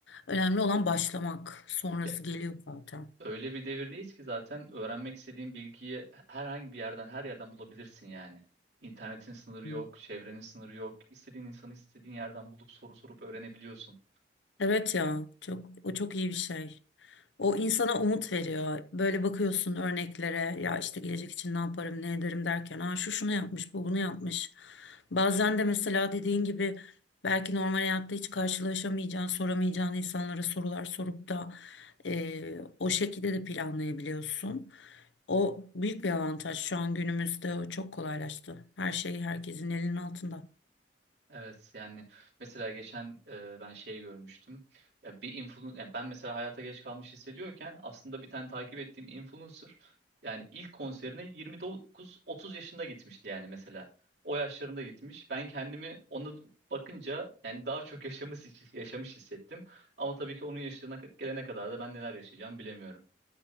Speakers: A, on the left; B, on the right.
A: önemli olan başlamak. Sonrası
B: Ya,
A: geliyor zaten.
B: öyle bir devirdeyiz ki zaten öğrenmek istediğin bilgiyi herhangi bir yerden her yerden bulabilirsin yani. İnternetin sınırı
A: Hı.
B: yok, çevrenin sınırı yok. İstediğin insanı istediğin yerden bulup soru sorup öğrenebiliyorsun.
A: Evet ya çok o çok iyi bir şey. O insana umut veriyor. Böyle bakıyorsun örneklere ya işte gelecek için ne yaparım ne ederim derken ha şu şunu yapmış bu bunu yapmış. Bazen de mesela dediğin gibi belki normal hayatta hiç karşılaşamayacağın soramayacağın insanlara sorular sorup da eee, o şekilde de planlayabiliyorsun. O büyük bir avantaj şu an günümüzde o çok kolaylaştı. Her şey herkesin elinin altında.
B: Evet yani mesela geçen e, ben şey görmüştüm. Ya bir influencer yani ben mesela hayata geç kalmış hissediyorken aslında bir tane takip ettiğim influencer yani ilk konserine 29-30 yaşında gitmişti yani mesela. O yaşlarında gitmiş. Ben kendimi ona bakınca yani daha çok yaşamış yaşamış hissettim. Ama tabii ki onun yaşına gelene kadar da ben neler yaşayacağım bilemiyorum.